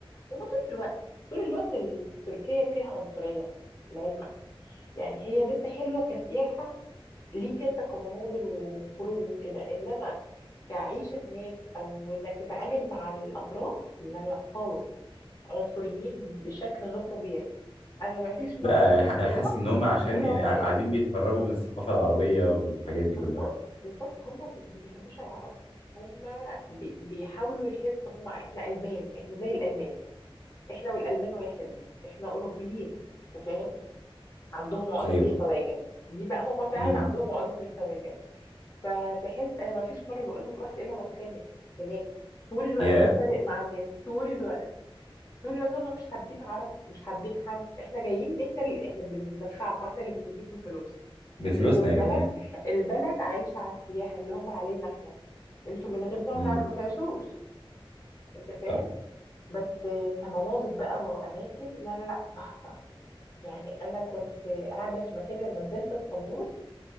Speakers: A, on the left (about 35°); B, on the left (about 80°).
A: هما طول الوقت طول الوقت ال- تركيا فيها عنصرية لعلمك يعني هي لسه حلوة كسياحة ليك انت كمناظر وخروج وكده انما كعيشة هناك او انك تتعامل مع الاتراك لا لا خالص عنصريين بشكل غير طبيعي انا ما فيش مره
B: لا
A: كنت
B: انا ح- أنا
A: اروح
B: حاسس ان هم عشان
A: الا
B: يعني
A: واتخانق
B: قاع- قاعدين بيتهربوا من الثقافه العربيه والحاجات
A: بالظبط
B: دي كلها
A: بالظبط هم ما بيحبوش العرب هم بي- بيحاولوا يحسوا هم احنا المان احنا زي الالمان احنا والالمان واحد احنا اوروبيين انت فاهم عندهم عقده
B: ايوه
A: الخواجه دي بقى هم فعلا
B: امم
A: عندهم عقده الخواجه فتحس انا ما فيش مره بقول لك رحت الا واتخانق هناك طول الوقت
B: يا
A: بتخانق مع الناس طول الوقت طول الوقت هم مش حابين عرب مش حابين حد احنا جايين احنا اللي احنا بننفعكم احنا اللي بنديكم الفلوس
B: بفلوسنا
A: انتوا البلد
B: يا جدعان
A: البلد عايشة على السياحة اللي هم علينا احنا انتوا من غيرنا ما
B: امم
A: تعر- ما تعيشوش انت فاهم
B: صح
A: بس آه، كمناظر بقى واماكن لا لا لا تحفة يعني انا كنت قاعدة في مكان لما نزلت اسطنبول